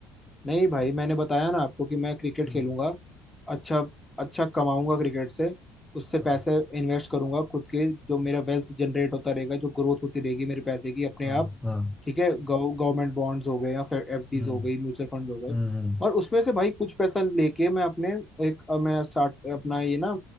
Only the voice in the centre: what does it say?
हम्म
हाँ
हाँ
हाँ
हम्म
हम्म हम्म,